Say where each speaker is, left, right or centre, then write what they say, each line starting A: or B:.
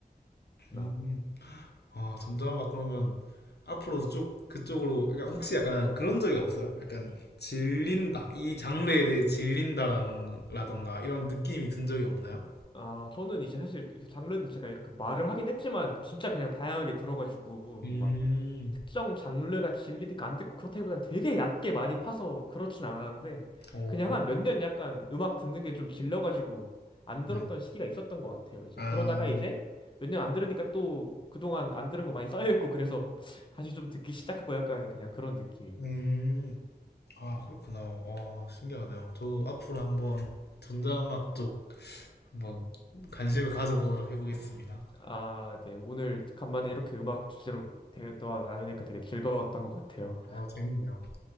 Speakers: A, on the left; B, on the left.
A: 나.
B: 음. 아 전자음악 그러면 앞으로도 쭉 그쪽으로 그러니까 혹시 약간 그런 적이 없어요? 약간 질린다 이 장르에 대해 질린다라는 라던가 이런 느낌이 든 적이 없나요?
A: 아, 저는 이제 사실 그 장르는 제가 이렇게 말을 하긴 했지만 진짜 그냥 다양하게 들어가지고
B: 음,
A: 막 특정 장르가 질리니까 안 듣고 그렇다기보단 되게 얕게 많이 파서 그렇진 않았는데
B: 어,
A: 그냥 한 몇 년 약간 음악 듣는 게 좀 질려가지고 안
B: 네.
A: 들었던 시기가 있었던 것 같아요. 이제
B: 아,
A: 그러다가 이제 몇 년 안 들으니까 또 그동안 안 들은 거 많이 쌓여있고 그래서 <laughs> 다시 좀 듣기 시작하고 약간 그냥 그런 느낌입니다.
B: 음, 아, 그렇구나. 아, 신기하네요. 저도 앞으로 한번 전자음악 쪽 한번 관심을 가져보도록 해보겠습니다.
A: 아, 네. 오늘 간만에 이렇게 음악 주제로 대화 나누니까 되게 즐거웠던 것 같아요.
B: 어, 재밌네요.